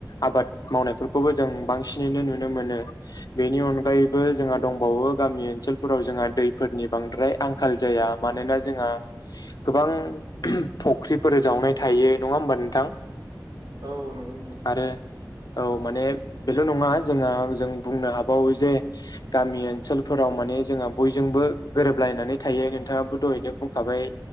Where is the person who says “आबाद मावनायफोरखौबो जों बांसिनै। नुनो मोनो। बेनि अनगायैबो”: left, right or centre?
Left